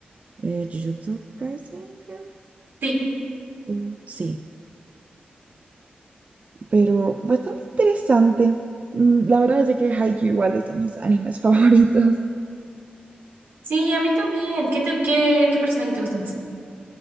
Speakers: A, on the right; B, on the right.
A: eh, Jujutsu Kaisen, creo.
B: Sí,
A: o- sí, pero bastante interesante. Mm, La verdad es de que Haikyuu igual es de mis animes <laughs> favoritos.
B: sí, a mí también. ¿Qué, te- qué, qué personaje te gusta más?